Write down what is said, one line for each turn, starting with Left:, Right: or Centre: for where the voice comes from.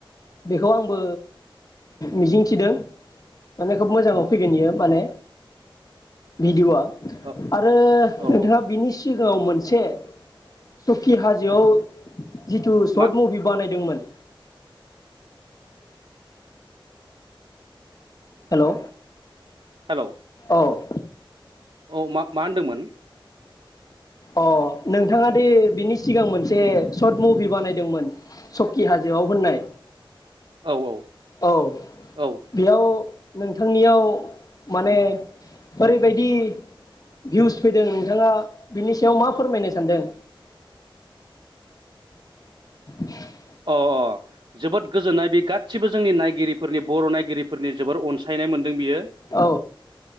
Left: बे बेखौ आंबो मिजिंथिदों माने खोब मोजाङाव फैगोन बियो माने भिडिअआ
Right: औ
Left: आरो
Right: औ
Left: नोंथाङा
Right: औ
Left: बिनि सिगाङाव मोनसे सकि हा जोआव जिथु शर्ट
Right: मा
Left: मुभि बानायदोंमोन हेलौ
Right: हेलौ
Left: औ
Right: औ मा मा होनदोंमोन
Left: अ नोंथाङा दे बिनि सिगां मोनसे शर्ट मुभि बानायदोंमोन सकि हाजोआव होननाय
Right: औ औ
Left: औ
Right: औ
Left: बेयाव नोंथांनियाव माने ओरैबायदि भिउस फैदों नोंथाङा बिनि सायाव मा फोरमायनो सानदों <inaudible>
Right: अ अ जोबोद गोजोननाय बे गासिबो जोंनि नाय गिरिफोरनि बर' नायगिरिफोरनि जोबोर अनसायनाय मोनदों बियो
Left: औ